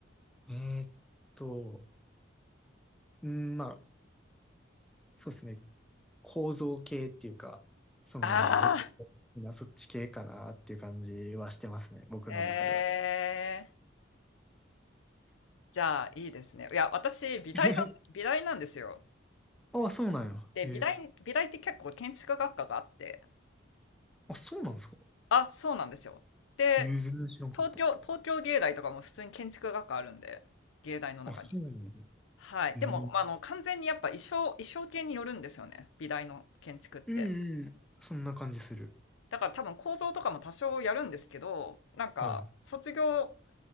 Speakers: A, in the centre; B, on the left.
A: えーっと、うん、まあ、そうですね。構造系っていうか、その、
B: ああ
A: 物理的なそっち系かなっていう感じはしてますね。僕の中では。
B: ー、ええじゃあ、いいですね。いや、私、美大なん、
A: <laughs>
B: 美大なんですよ。
A: あ、そうなんや。
B: で、
A: えー、
B: 美大、美大って結構建築学科があって、
A: あ、そうなんですか。
B: あ、そうなんですよ。で、
A: えー、全然知らんかった。
B: 東京、東京芸大とかも普通に建築学科あるんで、芸大の中に。
A: あ、そうなんや。
B: はい。
A: えー、
B: でも、まあ、あの、完全にやっぱ衣装、衣装系によるんですよね。美大の建築って。
A: うんうん。そんな感じする。
B: だから多分構造とかも多少やるんですけど、なんか、
A: はい。
B: 卒業、